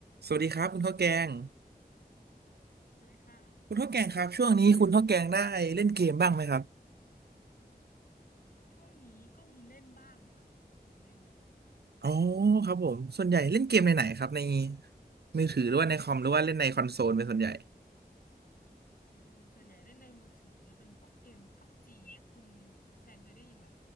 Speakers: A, on the right (about 75°); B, on the left (about 60°).
A: สวัสดีครับคุณข้าวแกง
B: สวัสดีค่ะ
A: คุณข้าวแกงครับช่วงนี้คุณข้าวแกงได้เล่นเกมบ้างไหมครับ
B: ช่วงนี้ก็มีเล่นบ้างนะคะ มีเล่น
A: อ๋อครับผมส่วนใหญ่เล่นเกมในไหนครับในมือถือหรือว่าในคอมหรือว่าเล่นในคอนโซลเป็นส่วนใหญ่
B: อืมส่วนใหญ่เล่นในมือถือเป็นพวกเกมพับจีเนี่ยคุณแทนเคยได้ยินไหม